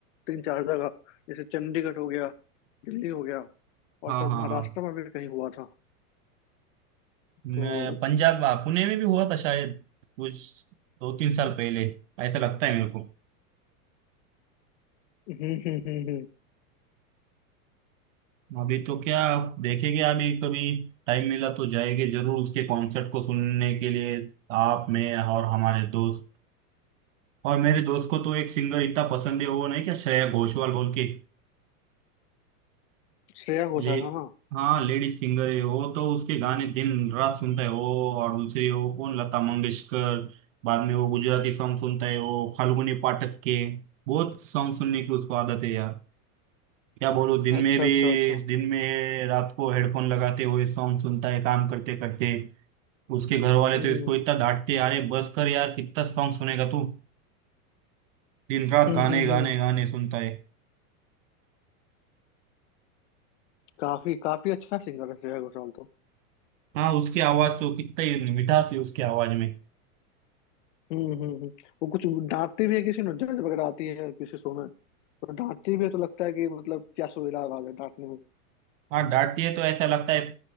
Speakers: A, on the left (about 50°); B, on the right (about 55°).
A: तीन चार जगह जैसे चंडीगढ़ हो गया दिल्ली हो गया और
B: हाँ
A: शायद
B: हाँ
A: महाराष्ट्र
B: हाँ
A: में भी कहीं हुआ था
B: मैं-
A: तो
B: पंजाब आ, पुणे में भी हुआ था शायद कुछ दो तीन साल पहले ऐसा लगता है मेरे को
A: हम्म हम्म हम्म हम्म।
B: अभी तो क्या देखेंगे अभी कभी टाइम मिला तो जाएंगे जरूर उसके कॉन्सर्ट को सुनने के लिए आप मैं और हमारे दोस्त और मेरे दोस्त को तो एक सिंगर इतना पसंद है वो नहीं क्या श्रेया घोषाल बोल के
A: श्रेया घोषाल
B: ले
A: है ना
B: हाँ लेडीज सिंगर है वो तो उसके गाने दिन रात सुनता है वो और दूसरी वो कौन लता मंगेशकर बाद में वो गुजराती सॉन्ग सुनता है वो फाल्गुनी पाठक के बहुत सॉन्ग सुनने की उसको आदत है यार क्या बोलूं दिन
A: अच्छा
B: में भी
A: अच्छा अच्छा
B: दिन में रात को हेडफोन लगाते हुए सॉन्ग सुनता है काम करते करते उसके घर वाले
A: हम्म
B: तो इसको इतना डांटते हैं, अरे बस कर यार कितना सॉन्ग सुनेगा तू दिन रात
A: हम्म
B: गाने
A: हम्म
B: गाने
A: हम्म।
B: गाने सुनता है
A: काफी काफी अच्छा सिंगर है श्रेया घोषाल तो
B: हाँ उसकी आवाज तो कितना ही मिठास है उसकी आवाज में
A: हम्म हम्म हम्म। वो कुछ गाती भी है किसी नुक्कड़ वगैरह आती है किसी शो में और डांटती भी है तो लगता है कि मतलब क्या सुरीला आवाज है डांटने में भी।
B: हाँ डांटती है तो ऐसा लगता है